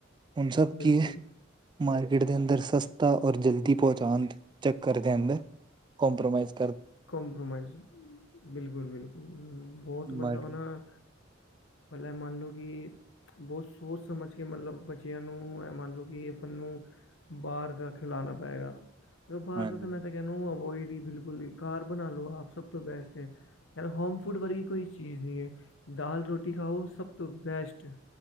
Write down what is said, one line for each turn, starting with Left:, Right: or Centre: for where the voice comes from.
Right: ਹੁਣ ਸਭ
Left: ਬਿਲਕੁਲ
Right: ਕੀ ਹੈ ਮਾਰਕੀਟ ਦੇ ਅੰਦਰ ਸਸਤਾ ਔਰ ਜਲਦੀ ਪਹੁੰਚਾਦ ਚੱਕਰ ਕਿਹਦਾ ਕੰਪ੍ਰੋਮਾਈਜ਼
Left: ਕੰਪ੍ਰੋਮਾਈਜ਼ ਬਿਲਕੁਲ ਬਿਲਕੁਲ ਬਹੁਤ ਮਤਲਬ
Right: ਮਾਰਕੀਟ
Left: ਨਾ ਪਹਿਲੇ ਮੰਨ ਲਉ ਕਿ ਬਹੁਤ ਸੋਚ ਸਮਝ ਕੇ ਮਤਲਬ ਬੱਚਿਆਂ ਨੂੰ ਹੈ ਮੰਨ ਲਓ ਕਿ ਆਪਾਂ ਨੂੰ ਬਾਹਰ ਦਾ ਖੀਲਾਣਾ ਪਏਗਾ ਜੋਂ ਬਾਹਰ
Right: ਹਾਂਜੀ
Left: ਦਾ ਤਾਂ
Right: ਹਾਂਜੀ
Left: ਮੈਂ ਤਾਂ ਕਹਿਣਾ ਅਵੋਇਡ ਹੀ ਬਿਲਕੁਲ ਹੀ ਘਾਰ ਬਣਾ ਲਓ ਆਪ ਸਭ ਤੋਂ ਬੈਸਟ ਹੈ ਯਾਰ ਹੋਮ ਫੂਡ ਵਰਗੀ ਕੋਈ ਚੀਜ਼ ਨਹੀਂ ਹੈ ਦਾਲ ਰੋਟੀ ਖਾਓ ਸਭ ਤੋਂ ਬੈਸਟ ਏ